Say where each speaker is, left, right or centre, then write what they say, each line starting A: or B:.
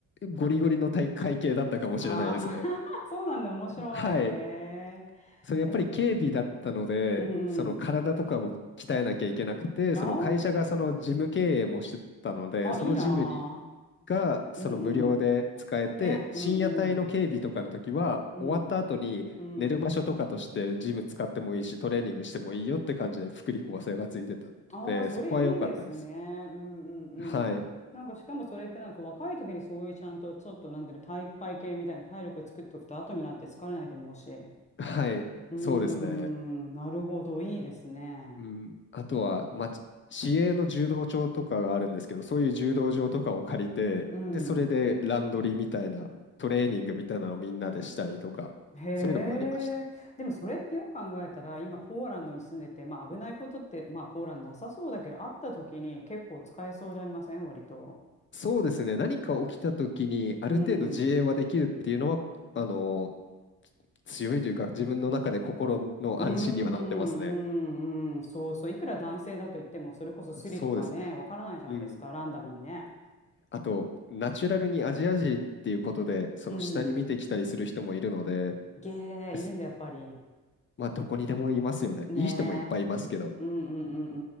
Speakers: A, on the left; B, on the left.
A: ゴリゴリの体育会系だったかもしれないですね。
B: う。ああ、<laughs> そうなんだ、面白い。
A: はい。
B: へえ。
A: それやっぱり警備だったので、
B: え、うんうん。
A: その体とかを鍛えなきゃいけなくて、
B: あ
A: その会社がその事務経営もしてたので、
B: あ、あ、
A: そのジムに
B: いいなあ。
A: がその無料で使えて、
B: うんうん。ね、
A: 深夜帯の警備とかの時は、
B: うんうん。うん、
A: 終わった後に寝る場所とかとしてジム使ってもいいし、
B: うん。
A: トレーニングしてもいいよって感じで福利厚生がついてたので、
B: ああ、それいいですね。
A: そこは良かったです。
B: うんうんうん。
A: はい。
B: なんかしかもそれってなんか若い時にそういうちゃんとちょっとなんていうの体育会系みたいな体力作っておくと後になって疲れないと思うし。う
A: はい。
B: ーん、
A: そうですね。
B: なるほど、いいですね。
A: うん、あとは、まあ、市営の柔道場とかがあるんですけど、そういう柔道場とかを借りて、
B: うん。
A: で、それでランドリーみたいな、トレーニングみたいなのをみんなでしたりとか、
B: へえ。
A: そういうのもありましたね。
B: でもそれってよく考えたら今ポーランドに住んでて、まあ危ないことってまあポーランドなさそうだけどあった時に結構使えそうじゃありません割と。
A: そうですね、何か起きた時に、ある程度自衛はできるっていうのは、
B: うん。
A: あの、強いというか、自分の中で心の安心にはなってますね。
B: うーん、うん、うん、そうそう、いくら男性だと言っても、それこそスリとかね、
A: そうですね。
B: わからないじゃないですか、
A: うん。
B: ランダムにね。
A: あと、ナチュラルにアジア人っていうことで、その下に見てきたりする人もいるので、
B: うん。ゲー、
A: で
B: いるんだ、やっぱり。
A: まあ、どこにでもいますよね。
B: ねえ。
A: いい人もいっぱいいますけど。
B: うんうんう